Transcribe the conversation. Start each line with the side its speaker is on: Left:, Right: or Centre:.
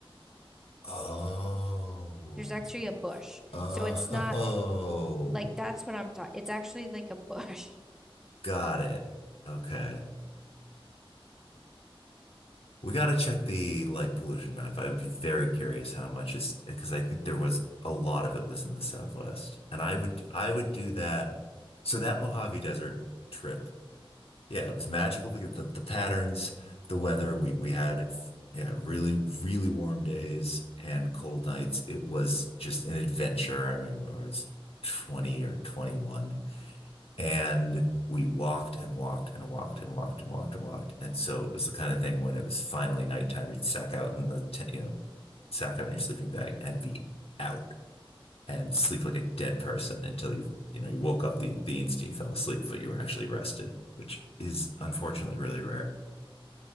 Left: Oh,
Centre: There's actually a bush.
Left: oh,
Centre: So it's not like that's what I'm talking. It's actually like a bush. <laughs>
Left: got it. Okay. We got to check the light pollution map. I would be very curious how much is because I think there was a lot of it was in the Southwest. And I would I would do that. So that Mojave Desert trip Yeah, it was magical because the, the patterns, the weather, we we had yeah, really, really warm days and cold nights. It was just an adventure. I mean, I was 20 or 21 and we walked and walked and walked and walked and walked and walked. And so it was the kind of thing when it was finally nighttime, you'd sack out in the tent, you know, sack out in your sleeping bag and be out and sleep like a dead person until you, you know, you woke up the the instant you fell asleep, but you were actually rested, which is unfortunately really rare.